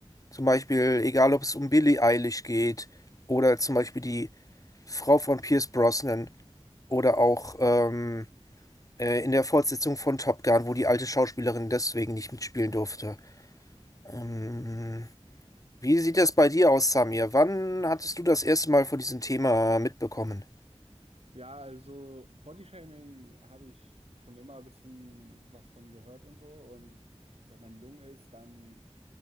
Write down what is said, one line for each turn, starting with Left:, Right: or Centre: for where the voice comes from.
Left: Zum Beispiel, egal ob es um Billie Eilish geht oder zum Beispiel die Frau von Pierce Brosnan oder auch ähm, Äh, in der Fortsetzung von Top Gun, wo die alte Schauspielerin deswegen nicht mitspielen durfte. Ähm,
Right: Mhm.
Left: wie sieht das bei dir aus, Samir? Wann hattest du das erste Mal von diesem Thema mitbekommen?
Right: Ja, also Bodyshaming habe ich schon immer ein bisschen was von gehört und so. Und wenn man jung ist, dann